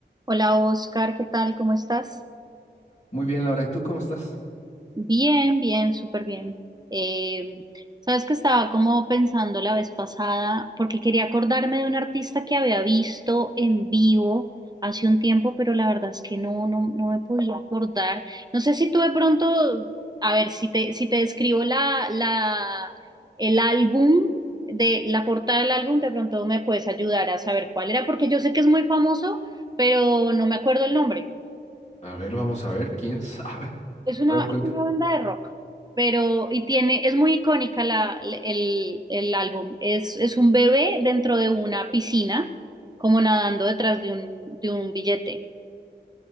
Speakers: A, on the right; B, on the left.
A: Hola Oscar, ¿qué tal? ¿Cómo estás?
B: Muy bien, Laura, ¿y tú cómo estás?
A: Bien, bien, súper bien. Eh, sabes que estaba como pensando la vez pasada, porque quería acordarme de un artista que había visto en vivo hace un tiempo, pero la verdad es que no, no, no me podía acordar. No sé si tú de pronto, a ver, si te, si te describo la, la, el álbum, de la portada del álbum, de pronto me puedes ayudar a saber cuál era, porque yo sé que es muy famoso, pero no me acuerdo el nombre.
B: A ver, vamos a ver, quién <laughs> sabe.
A: Es una,
B: A ver, cuenta.
A: es una banda de rock, pero y tiene, es muy icónica la, el, el álbum. Es, es un bebé dentro de una piscina, como nadando detrás de un, de un billete.